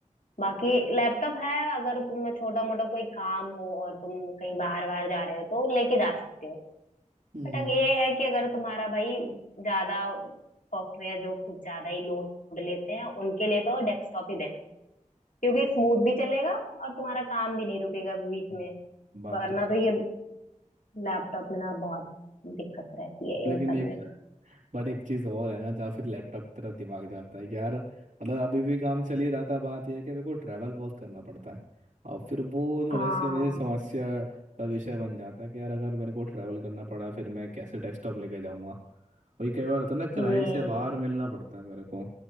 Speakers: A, on the left; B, on the right.
A: बाकी लैपटॉप है अगर तुम्हें छोटा मोटा कोई काम हो और तुम कहीं बाहर बाहर जा रहे हो तो लेके जा सकते हो
B: हम्म
A: बट अगर ये है कि अगर तुम्हारा भाई ज्यादा सॉफ्टवेयर जो कुछ ज्यादा ही लोड लेते हैं उनके लिए तो डेस्कटॉप ही क्योंकि स्मूथ भी चलेगा और तुम्हारा काम भी नहीं रुकेगा बीच
B: हम्म,
A: में
B: बात
A: वरना
B: तो सही
A: तो ये
B: है
A: लैपटॉप में ना बहुत दिक्कत रहती है
B: लेकिन
A: इन सब
B: एक
A: में
B: बट एक चीज और है ना जहाँ फिर लैपटॉप की तरफ दिमाग जाता है कि यार मतलब अभी भी काम चल ही रहा था बात यह है कि मेरे को ट्रैवल बहुत करना पड़ता है और फिर वो थोड़े
A: हाँ
B: से मेरी समस्या का विषय बन जाता है कि यार अगर मेरे को ट्रैवल करना पड़ा फिर मैं कैसे डेस्कटॉप लेके जाऊँगा वही कई बार होता है ना क्लाइंट
A: ये
B: से बाहर मिलना पड़ता है मेरे को